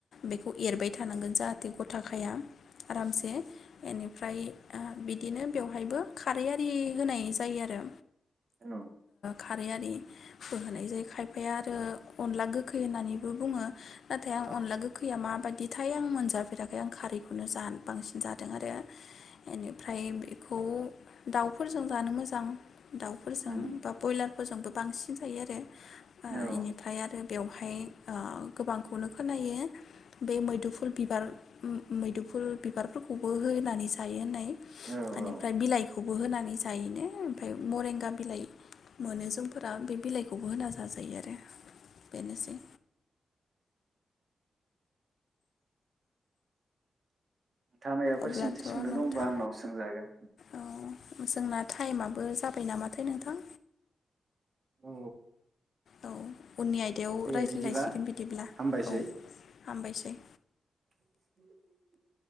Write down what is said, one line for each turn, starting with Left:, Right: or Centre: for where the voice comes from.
Left: बेखौ एरबाय थानांगोन जाहाथे गथा खाया, आरामसे बेनिफ्राय ओ बिदिनो बेवहायबो खारै आरि होनाय जा जायो आरो
Right: औ
Left: खारै आरि बो होनाय जायो खायफाया आरो अनला गोखै होननानैबो बुङो। नाथाय आं
Right: औ
Left: अनला गोखैया मा बा बिदिथाय आं मोनजाफेराखै आं खारैखौनो जा बांसिन जादों आरो। एनिफ्राय बे खौऔ दाउफोरजों जानो मोजां जां दाउफोरजों
Right: उम
Left: बा ब्रयलारफोरजोंबो बांसिन यो आरो ओ
Right: औ
Left: इनिफाय आरो बेवहाय ओ गोबांखौनो खोनायो बे मैदुफुल बिबार मैदुफुल बिबारफोरखौबो होनानै जायो होननाय।
Right: औ
Left: ओनिफ्राय
Right: औ
Left: बिलाइखौबो होनानै जायनो। ओमफफ्राय मरेंगा बिलाइ मोनो जोंफोरा बे बिलाइखौबो होना जाजायो आरो बेनोसै।
Right: नोंथाङा मायबाफोर
Left: अब्लाथ'
Right: सोंथि सोंनो
Left: नोंथां
Right: दंबा आंनाव सोंजागोन।
Left: ओ जोंना टाइमाब बो जाबाय नामाथाय नोंथां?
Right: औ
Left: औ उननि आयदायाव
Right: दे
Left: रायज्लायलायसिगोन
Right: बिदिबा
Left: बिदिब्ला
Right: हामबायसै।
Left: औ। हामबायसै
Right: <unintelligible>